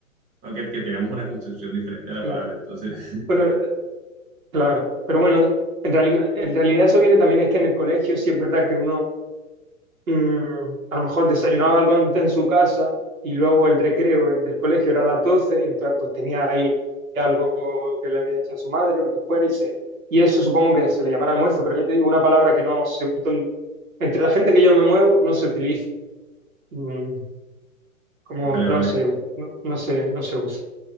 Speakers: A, on the right; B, on the right.
A: o que, que tenemos una concepción diferente de la
B: claro.
A: palabra. Entonces,
B: Bueno, claro, pero bueno, en realidad, en realidad eso viene también es que en el colegio sí es verdad que uno mm, a lo mejor desayunaba algo antes en su casa y luego el recreo el del colegio era a las 12 y entonces pues tenía ahí algo que le había hecho a su madre o lo que fuera y se... Y eso supongo que se le llamará almuerzo, pero ya te digo, una palabra que no se... don- entre la gente que yo me muevo no se utiliza. Mm, como
A: <laughs> vale,
B: no
A: vale.
B: se, u- no, no se, no se usa.